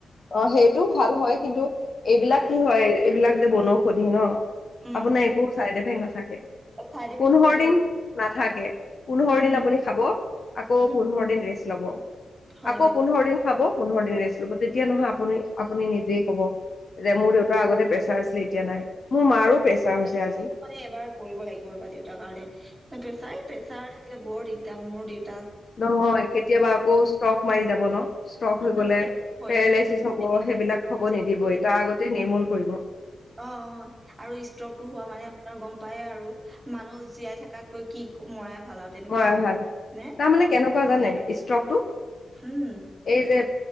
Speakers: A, on the left; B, on the right.
A: অ সেইটো ভাল হয়, কিন্তু এইবিলাক
B: ভাল
A: কি হয় এইবিলাক যে বনৌষধি ন।
B: উম,
A: আপোনাৰ একো চাইড এফেক্ট নাথাকে।
B: চাইড ইফেক্ট
A: পোন্ধৰ
B: নাথাকে
A: দিন নাথাকে, পোন্ধৰ
B: উম,
A: দিন আপুনি খাব আকৌ
B: উম,
A: পোন্ধৰ দিন ৰেষ্ট ল'ব। আকৌ
B: হয় দিয়ক
A: পোন্ধৰ দিন খাব, পোন্ধৰ দিন ৰেষ্ট ল'ব, তেতিয়া নহয় আপুনি আপুনি নিজেই কব। যে মোৰ দেউতাৰ আগতে প্ৰেছাৰ আছিলে এতিয়া নাই। মোৰ মাৰো প্ৰেছাৰ হৈছে
B: এইটো,
A: আজি
B: মানে এবাৰ কৰিব লাগিব ৰবা দেউতাৰ কাৰণে। চাই প্ৰেছাৰ থাকিলে বৰ দিগদাৰ মোৰ দেউত
A: নহয় কেতিয়াবা আকৌ ষ্ট্ৰক মাৰি যাব ন। ষ্ট্ৰক
B: উম,
A: হৈ গ'লে
B: সেইটোৱে ভয়
A: পেৰালাইচিছ
B: লাগে
A: হ'ব,
B: যেনেকে
A: সেইবিলাক হ'ব
B: যেনেকে
A: নিদিব তাৰ আগতে নিৰ্মূল কৰিব।
B: অ অ' আৰু ষ্ট্ৰকটো হোৱা মানে আপোনাৰ গম পায় আৰু। মানুহ জীয়াই থকাতকৈ কি মৰাই ভাল আৰু তেনেকুৱাহে
A: মৰা
B: হয়
A: ভাল,
B: নে
A: তাৰমানে কেনেকুৱা জানে ষ্ট্ৰকটো
B: উম
A: এই যে